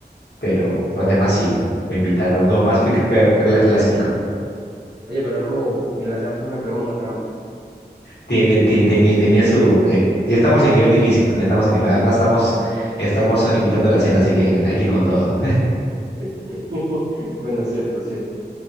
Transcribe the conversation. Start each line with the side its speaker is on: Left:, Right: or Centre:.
Left: pero los demás sí, fue invitada. Los demás
Right: o-
Left: fue, fue, fue que la clasificó, ¿no?
Right: Oye, pero es como me lanzaste una pregunta trampa.
Left: Tiene, tiene, tenía, tenía su. eh, ya estamos en nivel difícil, ¿verdad? Estamos en nivel- además estamos, estamos invitando a la cena, así que hay que ir con todo.
Right: <laughs> Bueno, cierto, cierto.